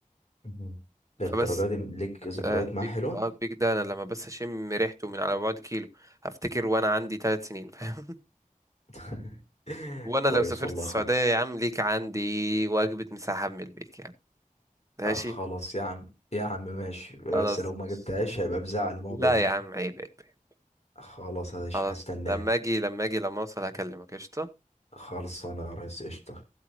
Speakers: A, on the left; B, on the right.
A: مهم. للدرجه
B: فبس
A: دي ليك ذكريات
B: آه، البيك
A: معاه حلوه
B: اه البيك ده انا لما بس اشم ريحته من على بعد كيلو هفتكر وانا عندي ثلاث سنين فاهم <laughs>
A: <laughs>
B: وانا
A: كويس
B: لو سافرت
A: والله
B: السعودية
A: خلاص
B: يا عم ليك عندي وجبة مساحة من البيك يا عم ماشي
A: آه، خلاص يا عم يا عم ماشي بس
B: خلاص
A: لو ما
B: ماشي
A: جبتهاش هيبقى بزعل الموضوع
B: لا
A: ده
B: يا عم عيب عيب عيب.
A: خلاص هش-
B: خلاص
A: هستناها
B: لما اجي لما اجي لما اوصل هكلمك قشطة
A: خلصانه يا ريس قشطه